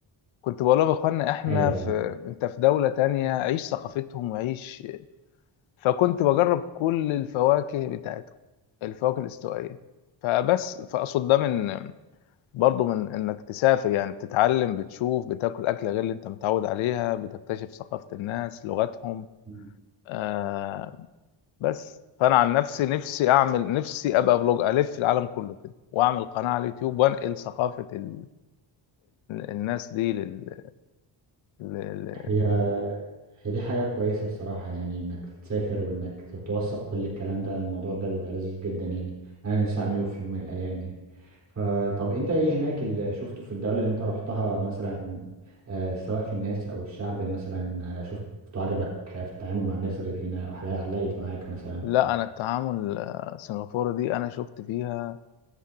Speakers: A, on the left; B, on the right.
A: كنت بقول لهم يا اخوانا احنا
B: ايوه
A: في انت في دولة تانية عيش ثقافتهم وعيش فكنت بجرب كل الفواكه بتاعتهم الفواكه الاستوائية فبس فاقصد ده من برضه من انك تسافر يعني بتتعلم بتشوف بتاكل اكله غير اللي انت متعود عليها بتكتشف ثقافة الناس لغتهم
B: مم.
A: آه بس فانا عن نفسي نفسي اعمل نفسي ابقى فلوج الف العالم كله كده واعمل قناه على اليوتيوب وانقل ثقافه ال- الناس دي لل... لل...
B: هي هي دي حاجة كويسة الصراحة يعني إنك تسافر وإنك تتوثق كل الكلام ده الموضوع ده بيبقى لذيذ جدا يعني أنا نفسي أعمله في يوم من الأيام يعني فطب أنت إيه هناك اللي شفته في الدولة اللي أنت رحتها مثلا آه، سواء في الناس أو الشعب مثلا آه، شفته عجبك في التعامل مع الناس غير هنا أو حاجة علقت معاك مثلا
A: لا انا التعامل السنغافوري دي انا شفت فيها